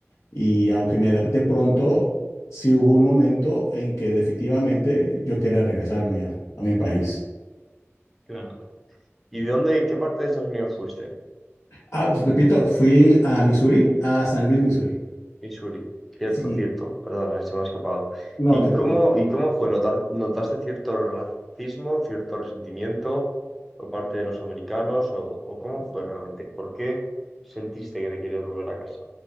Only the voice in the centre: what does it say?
claro. ¿Y de dónde, qué parte de Estados Unidos fuiste?
Y Shuri, cierto,
cierto, perdona, se me ha escapado.
¿Y
cómo,
y cómo fue? ¿Notar, notaste cierto racismo, cierto resentimiento por parte de los americanos? ¿O, o cómo fue realmente? ¿Por qué sentiste que te querías volver a casa?